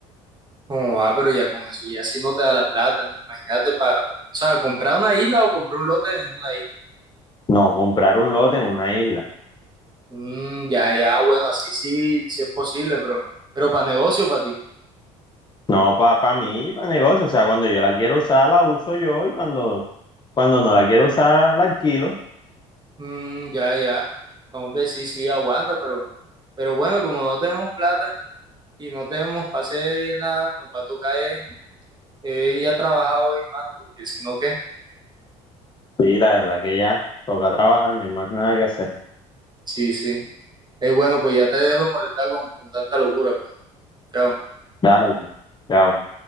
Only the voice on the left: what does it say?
No, comprar un lote en una isla.
No, para pa pa mí, para negocio. O sea, cuando yo la quiero usar, la uso yo y cuando, cuando no la quiero usar, la alquilo.
Sí, la verdad es que ya toca trabajar, no hay más nada que hacer.
Dale, pues. chao.